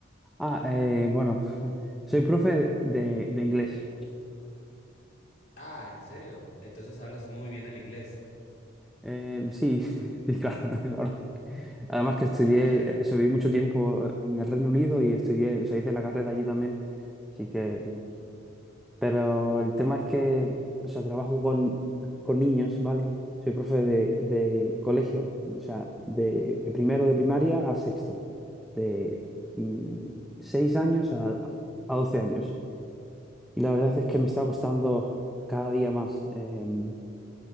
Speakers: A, in the centre; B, on the left.
A: Ah, eh, bueno, <laughs> soy profe de, de inglés.
B: Ah, ¿en serio? Entonces hablas muy bien el inglés.
A: Eh, sí, <laughs> sí, claro. <laughs> la verdad. Además que estudié,
B: <laughs>
A: eh, eso, viví mucho tiempo en el Reino Unido y estudié, o sea, hice la carrera allí también, así que Pero el tema es que, o sea, trabajo con, con niños, ¿vale? Soy profe de, de colegio, o sea, de primero de primaria a sexto, de mm, seis años a, a 12 años. Y la verdad es que me está costando cada día más em,